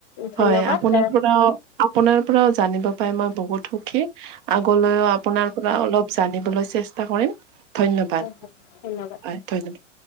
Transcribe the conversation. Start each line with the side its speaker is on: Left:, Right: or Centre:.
Left: ধন্যবাদ
Right: হয়, আপোনাৰ
Left: হয়
Right: পৰাও আপোনাৰ পৰাও জানিব পাই মই বহুত সুখী আগলৈও আপোনাৰ পৰা অলপ জানিবলৈ চেষ্টা কৰিম ধন্যবাদ
Left: হয়
Right: হয়,
Left: ধন্যবাদ।
Right: ধন্যবাদ।